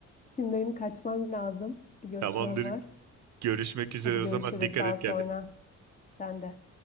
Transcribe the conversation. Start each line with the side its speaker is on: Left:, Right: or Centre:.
Left: şimdi benim kaçmam lazım. Bir görüşmem
Right: Tamamdır.
Left: var.
Right: Görüşmek üzere
Left: Hadi görüşürüz
Right: o zaman. Dikkat
Left: daha
Right: et
Left: sonra.
Right: kendine.
Left: Sen de.